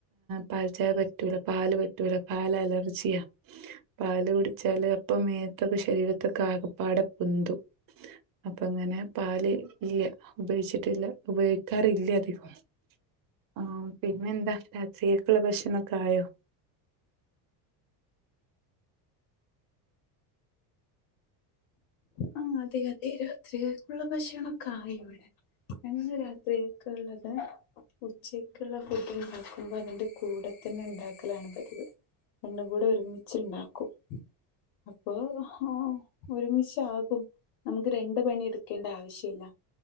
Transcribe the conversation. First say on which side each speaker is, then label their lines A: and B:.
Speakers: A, on the right (about 45°); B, on the left (about 65°).
A: പാൽ ാൽ പറ്റൂല പാല് പറ്റ ലപാല് ല്അലർജിയാ പാ ല് കുടിച്ചാല് അപ്പമേത്ത് ശരീരത്തെൊ കെആകപ്പാട പൊതുും അപ്പ അങ്ങനെ പാല് ഇല്ല ഉപയോഗിച്ചിട്ടില്ല ഉപയോഗിക്കാറില്ല അധികം ആ പിന്നെന്താ രാത്രിയൊക്കെയുള്ള ഭക്ഷണംൊക്കെ ആയോ <inaudible>
B: ആ അതെ അതെ രാത്രി ഉള്ള ഭക്ഷണംൊക്കെ ആയി ഇവിടെ ഞങ്ങക്ക് രാത്രി കെക്ക്ഉള്ളത് ഉച്ചക്കുള്ള ഫുഡ് ഉണ്ടാക്കുമ്പോ അതിന്റെ കൂടെ തന്നെ ഉണ്ടാക്കലാണ് പതിവ് രണ്ടും കൂടെ ഒരുമിച്ചുണ്ടാക്കും അപ്പൊ ഹ ഒരുമിച്ച് ആകും നമുക്ക് രണ്ട പണി എടുക്കേണ്ട ആവശ്യയില്ല